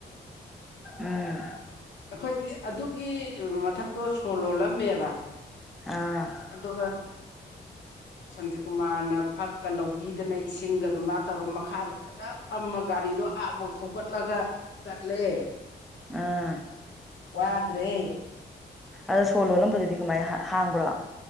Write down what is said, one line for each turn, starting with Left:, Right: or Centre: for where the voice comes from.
Centre: ꯎꯝ
Left: ꯑꯈꯣꯏꯗꯤ ꯑꯗꯨꯒꯤ ꯃꯊꯛꯇꯣ ꯁꯣ ꯂꯣꯜꯂꯝꯃꯦꯕ
Centre: ꯑꯥ
Left: ꯑꯗꯨꯒ ꯁꯥꯟꯇꯤꯀꯨꯃꯥꯔꯅ ꯐꯛꯀ ꯂꯧꯕꯤꯗꯅ ꯏꯁꯤꯡꯒꯗꯨ ꯃꯥꯇꯧꯔ ꯃꯈꯥꯗ ꯑꯇꯥ ꯐꯃꯥ ꯒꯥꯔꯤꯗꯣ ꯑꯥꯕꯧ ꯊꯧꯒꯠꯂꯒ ꯆꯠꯂꯦ
Centre: ꯑꯥ
Left: ꯋꯥꯗ꯭ꯔꯦ
Centre: ꯑꯗꯣ ꯁꯣ ꯂꯣꯜꯂꯝꯕꯗꯨꯗꯤ ꯀꯃꯥꯏꯟ ꯍꯥꯡꯕ꯭ꯔꯣ